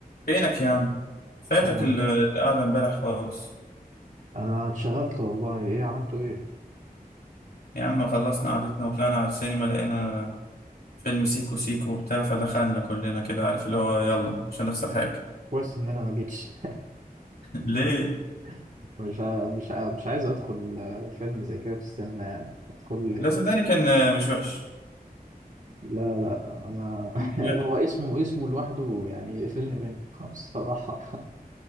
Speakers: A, on the left; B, on the right.
A: فينك يا عم فاتك
B: آه.
A: ال- القعدة امبارح خالص
B: انا اتشغلت والله ايه عملته ايه
A: يا عم خلصنا قعدتنا وطلعنا على السينما لقينا فيلم سيكو سيكو وبتاع فدخلنا كلنا كده عارف اللي هو يلا مش هنخسر
B: آه.
A: حاجة
B: كويس ان انا ما جيتش
A: <laughs> ليه؟
B: <laughs> مش ع- مش ع- مش عايز ادخل آه، فيلم زي كده في السينما يعني ادخل ليه؟
A: لا صدقني كان مش وحش
B: لا لا انا <laughs>
A: مش وحش
B: هو اسمه اسمه لوحده يعني قفلني منه <laughs> بصراحة <laughs>